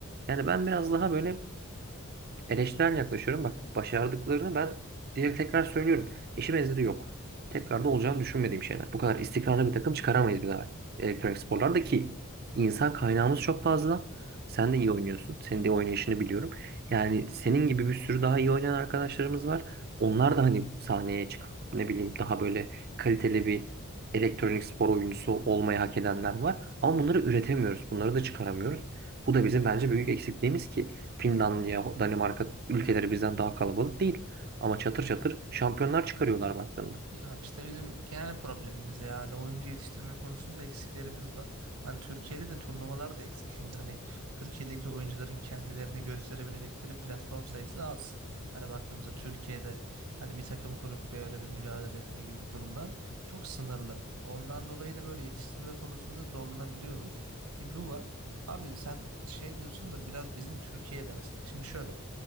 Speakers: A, on the right (about 45°); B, on the right (about 85°).
A: Yani ben biraz daha böyle eleştirel yaklaşıyorum. Bak başardıklarını ben direkt tekrar söylüyorum. Eşi benzeri yok. Tekrar da olacağını düşünmediğim şeyler. Bu kadar istikrarlı bir takım çıkaramayız bir daha elektronik sporlarda ki insan kaynağımız çok fazla. Sen de iyi oynuyorsun. Senin de oynayışını biliyorum. Yani senin gibi bir sürü daha iyi oynayan arkadaşlarımız var. Onlar da hani sahneye çıkıp ne bileyim daha böyle kaliteli bir elektronik spor oyuncusu olmayı hak edenler var. Ama bunları üretemiyoruz. Bunları da çıkaramıyoruz. Bu da bizim bence büyük eksikliğimiz ki Finlandiya, Danimarka ülkeleri bizden daha kalabalık değil. Ama çatır çatır şampiyonlar çıkarıyorlar baktığında.
B: Ya işte bizim genel problemimiz ya. Hani oyuncu yetiştirme konusunda eksiklerimiz var. Hani Türkiye'de de turnuvalar da eksik. Şimdi hani Türkiye'deki oyuncuların kendilerini gösterebilecekleri platform sayısı az. Hani baktığımızda Türkiye'de hani bir takım kurup böyle bir mücadele etme gibi durumlar çok sınırlı. Ondan dolayı da böyle yetiştirme konusunda zorlanabiliyoruz. Bir bu var. Abi sen şey diyorsun da biraz bizim Türkiye'de mesela. Şimdi şöyle